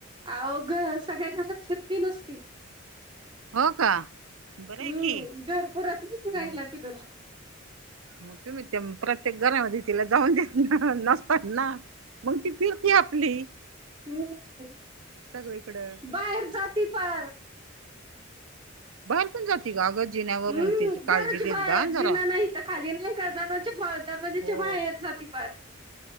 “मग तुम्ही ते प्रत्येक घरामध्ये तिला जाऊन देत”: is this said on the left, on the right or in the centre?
Right